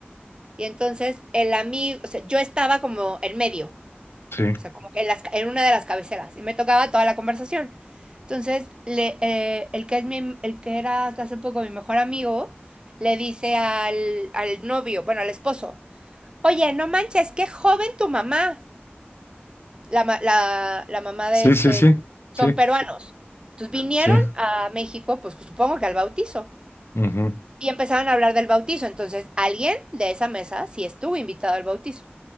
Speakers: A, on the right (about 25°); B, on the left (about 75°).
A: Y entonces el amigo, o sea, yo estaba como en medio,
B: sí,
A: O sea, como que en, las- en una de las cabeceras. Y me tocaba toda la conversación. Entonces, le, eh, el, que es mi- el que era hasta hace poco mi mejor amigo, le dice al, al novio, bueno, al esposo, oye, no manches, qué joven tu mamá. La, la, la mamá
B: sí,
A: de este,
B: sí, sí,
A: son
B: sí,
A: peruanos. Entonces vinieron
B: sí,
A: a México, pues supongo que al bautizo.
B: ujú.
A: Y empezaron a hablar del bautizo. Entonces, alguien de esa mesa sí estuvo invitado al bautizo.